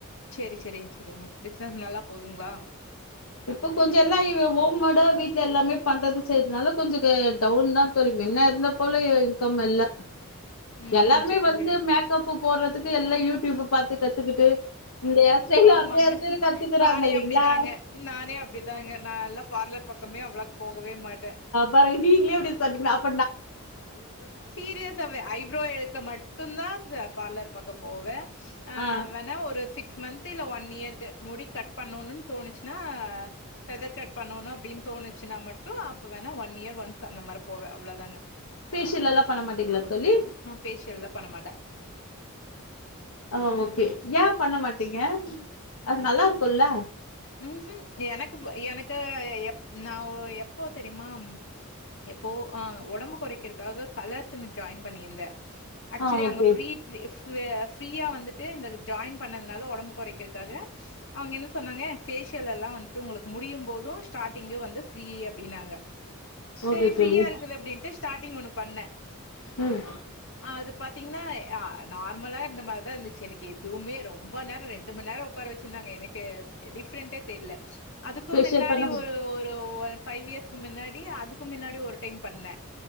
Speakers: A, on the left; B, on the left.
A: சேரி சேரிங்க சேரிங்க பிசினஸ் நல்லா போதுங்களா
B: இப்போ கொஞ்சோ எல்லா இவ் ஓம் மேடா வீட்டல எல்லாமே பண்றது செய்யறதுனால கொஞ்ச டவுன் தா தோழி மின்ன இருந்தப் இப்போல்ல இன்கம் வர்ல்ல
A: ம்ஹ்ம்.
B: எல்லாருமே
A: சரி,
B: வந்து
A: சரி.
B: மேக்கப்பு போறதுக்கு எல்லா யூடியூப் பாத்து கத்துக்கிட்டு இந்த ஹேர்ஸ்டைல
A: ஆமாங்க
B: அந்த ஹேர்ஸ்டைல கத்துக்குறாங்க
A: நானே
B: இல்லைங்களா
A: அப்படிதாங்க நானே அப்படிதாங்க நால்லா பார்லர் பக்கமே அவ்ளக்கு போகவே மாட்டே
B: சார் நீங்களே இப்படி சொன்னீங்கன்னா அப்
A: சீரியஸாவே ஐப்ரோ எடுக்க மட்டுந்தா இதெ பார்லர் பக்கோ போவே
B: ஆ
A: வேணா ஒரு சிக்ஸ் மந்த் இல்ல ஒன் இயருக்கு முடி கட் பண்ணுன்னு தோணுச்சுன்னா ஃவெதர் கட் பண்ணோனோ அப்டின் தோணுச்சுன்னா மட்டூ அப்போ வேணா ஒன் இயர் ஒன்ஸ் அந்த மாரி போவே அவ்ளோதாங்க
B: பேஷியல் எல்லா பண்ண மாட்டீங்களா தோழி
A: பேஷியல்லா பண்ணமாட்டே
B: ஆ ஓகே ஏன் பண்ண மாட்டீங்க அது நல்லா இருக்குன்ல்ல
A: ம் ஹூம் எனக்குப் எனக்கு எப் நா எப்போ தெரியுமா எப்போ ஆ ஒடம்பு கெறைக்கறதுக்காக கலர்ஸ்ன்னு ஜாயின் பண்ணியிருந்தே ஆக்சுவலி
B: ஆ ஓகே
A: அங்க ஃப்ரீ ஃப்யா ஃப்ரீயா வந்துட்டு இந்த ஜாயின் பண்ணதுனால ஒடம்பு கெறைக்கிறக்காக அவங்க என்ன சொன்னாங்க ஃபேஷியல் எல்லா வந்தூட்டு உங்களுக்கு முடியூ போதூ ஸ்டார்ட்டிங்கூ வந்து ஃப்ரீ அப்டின்னாங்க சரி
B: ஓகே
A: ஃப்ரீயா
B: தோழி
A: இருக்குது அப்டின்ட்டு ஸ்டார்டிங் ஒன்னு பண்ணே
B: ம்
A: அது பாத்தீங்கன்னா ஆ நார்மலா இருந்த மாதிரி தா இருந்துச்சு எனக்கு எதுவுமே ரொம்ப நேரோ ரெண்டு மண் நேரோ உக்கார வச்சிருந்தாங்க எனக்கே டிஃப்ரெண்டே தெரில்ல அதுக்கூ
B: ஃபேஷியல்
A: முன்னாடி
B: பண்ண
A: ஒரு ஒரு ஒரு ஃபைவ் இயர்ஸ்கு மின்னாடி அதுக்கு மின்னாடி ஒரு டைம் பண்ணே